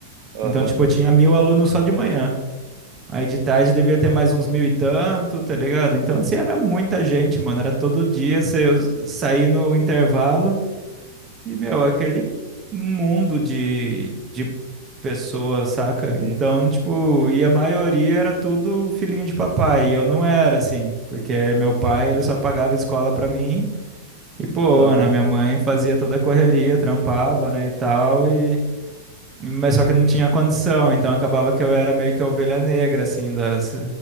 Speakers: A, on the right; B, on the right.
A: Aham,
B: Então, tipo, eu tinha mil alunos só de manhã. Aí de tarde devia ter mais uns mil e tanto, tá ligado? Então, assim, era muita gente, mano. Era todo dia você sair no intervalo e, meu, aquele mundo de, de pessoas, saca?
A: sim,
B: Então, tipo, e a maioria era tudo filhinho de papai. E eu não era, assim, porque meu pai, ele só pagava escola pra mim. E boa,
A: aham,
B: né? Minha mãe fazia toda a correria, trampava, né, e tal. E... Mas só que não tinha condição, então acabava que eu era meio que a ovelha negra, assim, das,